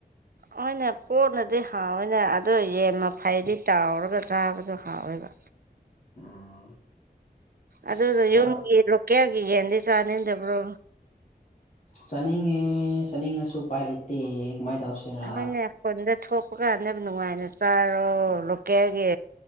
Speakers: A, on the right; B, on the left.
A: ꯍꯣꯏꯅꯦ ꯄꯣꯛꯅꯗꯤ ꯍꯥꯎꯑꯦꯅꯦ ꯑꯗꯣ ꯌꯦꯟ ꯃꯐꯩꯗꯤ ꯇꯥꯎꯔꯒ ꯆꯥꯕꯗꯣ ꯍꯥꯎꯋꯦꯕ
B: ꯎꯝ
A: ꯑꯗꯨꯗꯣ
B: ꯁꯥ
A: ꯌꯨꯝꯒꯤ ꯂꯣꯀꯦꯜꯒꯤ ꯌꯦꯟꯗꯤ ꯆꯥꯅꯤꯡꯗꯕ꯭ꯔꯣ
B: ꯆꯥꯅꯤꯡꯉꯦ ꯆꯥꯅꯤꯡꯉꯁꯨ ꯎꯄꯥꯏ ꯂꯩꯇꯦ ꯀꯃꯥꯏ ꯇꯧꯁꯦꯔꯥ
A: ꯅꯣꯏꯅ ꯈꯨꯟꯗ ꯊꯣꯛꯄ ꯀꯥꯟꯗ ꯅꯨꯡꯉꯥꯏꯅ ꯆꯥꯔꯣ ꯂꯣꯀꯦꯜꯒꯤ